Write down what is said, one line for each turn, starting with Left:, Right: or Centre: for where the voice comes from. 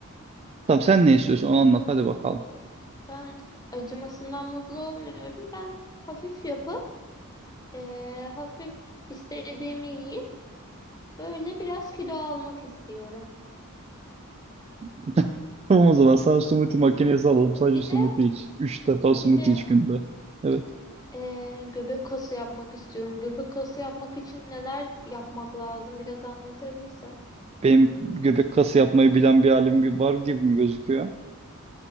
Right: Tamam sen ne istiyorsun onu anlat hadi bakalım.
Left: Ben acımasından mutlu olmuyorum. Ben hafif yapıp eee, hafif istediğimi yiyip böyle biraz kilo almak istiyorum.
Right: <laughs> Tamam o zaman sana smoothie makinesi alalım. Sadece
Left: Bir
Right: smoothie
Left: de
Right: iç. Üç defa smoothie
Left: bir de
Right: iç günde. Evet.
Left: eee, göbek kası yapmak istiyorum. Göbek kası yapmak için neler yapmak lazım? Biraz anlatır mısın?
Right: Benim göbek kası yapmayı bilen bir halim gibi var gibi mi gözüküyor?